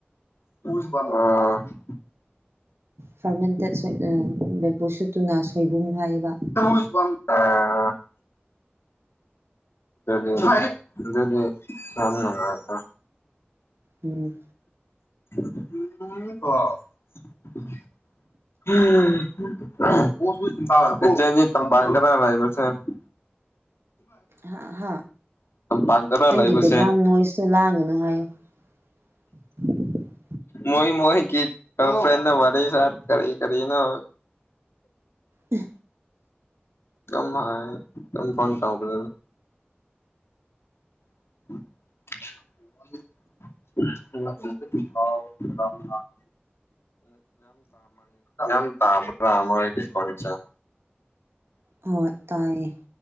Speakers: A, on the left; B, on the right.
A: ꯑ
B: ꯐꯥꯔꯃꯦꯟꯇꯦꯠ ꯕꯦꯝꯕꯨ ꯁꯨꯠꯇꯨꯅ ꯁꯣꯏꯕꯨꯝ ꯍꯥꯏꯕ
A: <unintelligible> ꯑꯗꯨꯗꯤ ꯑꯗꯨꯗꯤ ꯌꯝ ꯅꯨꯉꯥꯀꯣ
B: ꯎꯝ
A: ꯎꯝ <inaudible> ꯂꯩꯕꯁꯦ
B: ꯍꯥ ꯍꯥ
A: ꯇꯝꯄꯥꯛꯇꯔ
B: ꯅꯪꯒꯤ
A: ꯂꯩꯕꯁꯦ
B: ꯕꯦꯛꯒ꯭ꯔꯥꯎꯟ ꯅꯣꯏꯁꯁꯨ ꯂꯥꯡꯒꯅꯨ ꯍꯥꯏꯌꯨ <inaudible>
A: ꯃꯣꯏ ꯃꯣꯏꯒꯤ ꯒꯜꯐ꯭ꯔꯦꯟ ꯋꯔꯤ ꯁꯥ ꯀꯔꯤꯅꯣ
B: ꯑ
A: ꯀ ꯍꯥꯏ ꯀ ꯐꯣꯟ ꯇꯧꯖꯅꯤ <inaudible> <unintelligible> <unintelligible> ꯃꯣꯏꯒꯤ ꯈꯨꯟꯁꯦ
B: ꯍꯣꯏ ꯇꯥꯏꯌꯦ